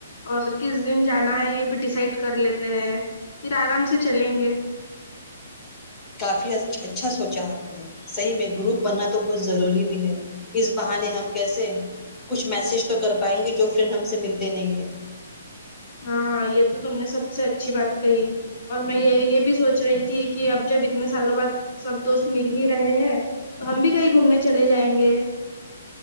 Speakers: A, on the left (about 50°); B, on the left (about 20°).
A: اور کس دن جانا ہے یہ بھی ڈسائڈ کر لیتے ہیں پھر آرام سے چلیں گے
B: کافی اچھا سوچا آپ نے صحیح میں گروپ بننا تو بہت ضروری بھی ہے اس بہانے ہم کیسے کچھ میسج تو کر پائیں گے جو فرینڈ ہم سے ملتے نہیں ہے
A: ہاں یہ تو تم نے سب سے اچھی بات کہی اور میں یہ یہ بھی سوچ رہی تھی کہ اب جب اتنے سالوں بعد سب دوست مل ہی رہے ہیں تو ہم بھی کہیں گھومنے چلے جائیں گے